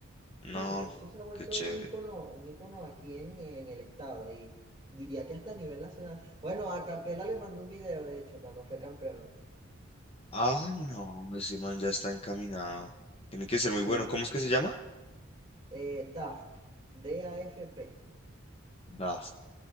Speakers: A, on the left (about 25°); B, on the right (about 25°).
A: No,
B: Sí, de hecho se ha vuelto
A: qué chévere.
B: un ícono, un ícono aquí en, en el estado y diría que hasta a nivel nacional. Bueno, a Capela le mandó un video, de hecho, cuando fue campeón.
A: Ah, no, ese man ya está encaminado. Tiene que ser muy
B: Sí,
A: bueno. ¿Cómo es que se llama?
B: eh, DAFP, D-A-F-P.
A: Da,